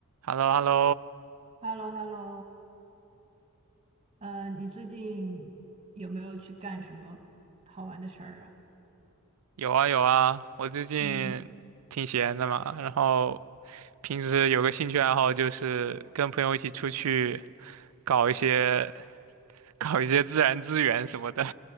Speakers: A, on the right; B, on the right.
A: h e l l o h e l l o
B: h e l l o h e l l o 呃，你最近有没有去干什么好玩的事儿啊？
A: 有啊有啊，我最近挺闲的嘛，
B: 嗯，
A: 然后平时有个兴趣爱好就是跟朋友一起出去搞一些搞一些自然资源什么的。